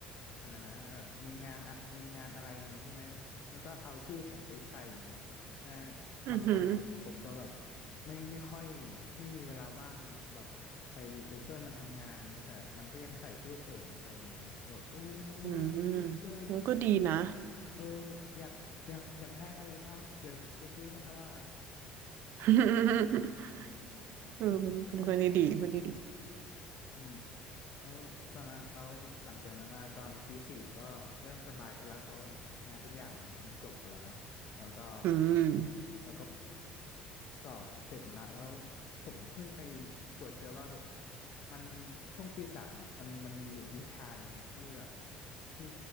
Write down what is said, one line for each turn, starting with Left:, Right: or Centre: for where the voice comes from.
Left: อะไรนะแบบมีงานอะมีงานอะไรอย่างงี้ใช่ไหมมันก็เอาชื่อผมไปใส่อย่างเงี้ยนะ
Right: <laughs> อือหือ
Left: บางครั้งผมผมก็แบบไม่ไม่ค่อยไม่มีเวลาว่างแบบไปไปช่วยมันทำงานเงี้ยแต่มันก็ยังใส่ชื่อผมไปอย่างเงี้ยแบบโอ้
Right: อืม
Left: ยเพื่อน
Right: แล้วก็ดีนะ
Left: เอออยากอยากอยากได้อะไรบ้างเดี๋ยวจะซื้อมาถวาย
Right: <laughs> เออเป็นเป็นคนดีดีคนดีดี
Left: ใช่อืม แล้วตอนนั้นแล้วหลังจากนั้นมาตอนปีสี่ก็เริ่มสบายขึ้นแล้วเพราะงานทุกอย่างมันมันจบหมดแล้วเนาะแล้วก็
Right: อืม
Left: แล้วก็สอบเสร็จหมดละแล้วผมเพิ่งไปตรวจเจอว่าแบบมันช่วงปีสามอ่ะมันมันมีอยู่วิชาหนึ่งที่แบบที่